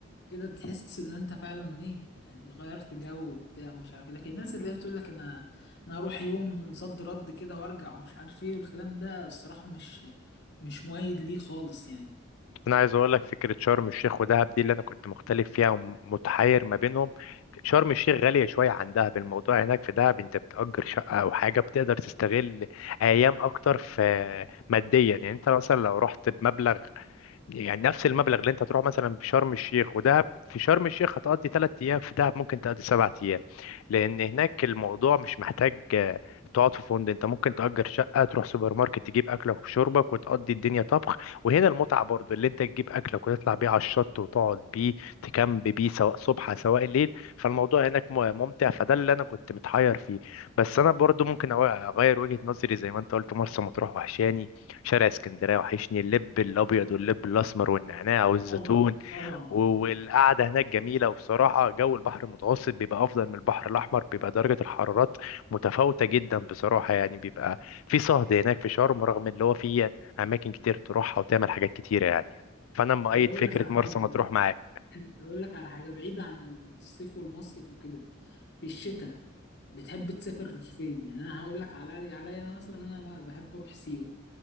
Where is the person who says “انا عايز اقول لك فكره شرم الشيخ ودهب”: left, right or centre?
Left